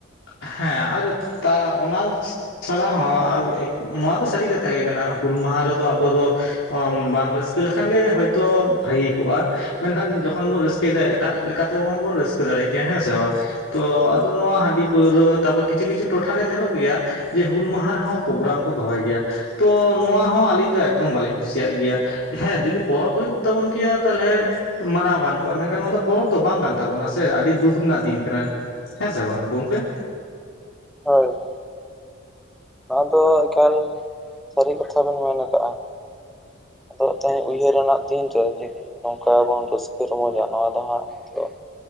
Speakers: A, on the left; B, in the centre.
A: ᱦᱮᱸ ᱟᱨ ᱛᱟ ᱚᱱᱟ <inaudible> ᱪᱷᱟᱲᱟ ᱦᱚᱸ, ᱟᱨ ᱮ ᱱᱚᱣᱟ ᱫᱚ, ᱥᱟᱹᱨᱤ ᱠᱟᱛᱷᱟ ᱜᱮ ᱠᱟᱱᱟ, ᱦᱩᱞ ᱢᱟᱦᱟ ᱨᱮᱫᱚ, ᱟᱵᱚ ᱫᱚ ᱵᱟᱝ ᱨᱟᱹᱥᱠᱟᱹ ᱞᱮᱠᱷᱟᱱ ᱜᱮ, ᱦᱳᱭ ᱛᱚ ᱵᱷᱟᱹᱜᱮ ᱠᱚᱜᱼᱟ, ᱢᱮᱱᱠᱷᱟᱱ, ᱡᱚᱠᱷᱚᱱ ᱵᱚᱱ, ᱨᱟᱹᱥᱠᱟᱹᱭᱮᱫᱟ ᱮᱴᱟᱜ ᱞᱮᱠᱟ, ᱞᱮᱠᱟᱛᱮ ᱦᱚᱸ ᱵᱚᱱ, ᱨᱟᱹᱥᱠᱟᱹ ᱫᱟᱲᱮ ᱠᱮᱭᱟ, ᱦᱮᱸ ᱥᱮ ᱵᱟᱝ? ᱛᱚ ᱟᱫᱚ, ᱱᱚᱣᱟ ᱦᱟᱺᱰᱤᱯ, ᱯᱟᱹᱣᱨᱟᱹ, ᱛᱟᱯᱚᱨ ᱠᱤᱪᱷᱩ ᱠᱤᱪᱷᱩ, ᱴᱚᱴᱷᱟᱨᱮ, ᱧᱮᱞᱚᱜ ᱜᱮᱭᱟ, ᱡᱮ, ᱦᱩᱞ ᱢᱟᱦᱟ ᱨᱮᱦᱚᱸ, ᱯᱳᱜᱽᱨᱟᱢ ᱠᱚ ᱫᱚᱦᱚᱭ ᱜᱮᱭᱟ᱾ ᱛᱚ, ᱱᱚᱣᱟ ᱦᱚᱸ, ᱟᱹᱞᱤᱧ ᱫᱚ, ᱮᱠᱫᱚᱢ ᱵᱟᱹᱞᱤᱧ ᱠᱩᱥᱤᱭᱟᱜ ᱜᱮᱭᱟ ᱾ ᱦᱮᱸ, ᱡᱩᱫᱤ ᱯᱚᱨᱚᱵᱽ ᱦᱩᱭ ᱠᱚᱜ, ᱛᱟᱵᱚᱱ ᱠᱮᱭᱟ, ᱛᱟᱞᱦᱮ ᱢᱟᱱᱟᱣ ᱜᱟᱱ ᱠᱚᱜ-ᱟ, ᱢᱮᱱᱠᱷᱟᱱ ᱱᱚᱣᱟ ᱫᱚ, ᱯᱚᱨᱚᱵᱽ ᱫᱚ ᱵᱟᱝ ᱠᱟᱱ ᱛᱟᱵᱚᱱᱟ, ᱥᱮ, ᱟᱹᱰᱤ ᱫᱩᱠ ᱨᱮᱱᱟᱜ, ᱫᱤᱱ ᱠᱟᱱᱟ ᱾ ᱦᱮᱸ ᱥᱮ ᱵᱟᱝ ᱜᱚᱝᱠᱮ?
B: ᱦᱳᱭ ᱦᱳᱭ ᱾ ᱱᱚᱣᱟ ᱫᱚ ᱮᱠᱷᱟᱞ ᱥᱟᱹᱨᱤ ᱠᱟᱛᱷᱟ ᱵᱮᱱ ᱢᱮᱱ ᱟᱠᱟᱜᱼᱟ᱾ ᱟᱫᱚ ᱛᱮᱦᱮᱧ ᱩᱭᱦᱟᱹᱨ ᱨᱮᱱᱟᱜ ᱫᱤᱱ <inaudible> ᱱᱚᱝᱠᱟ ᱵᱚᱱ, ᱨᱟᱹᱥᱠᱟᱹ ᱨᱚᱢᱚᱡᱟ, ᱱᱚᱣᱟ ᱫᱚ ᱦᱟᱸᱜ, ᱦᱮᱸᱪᱮ ᱾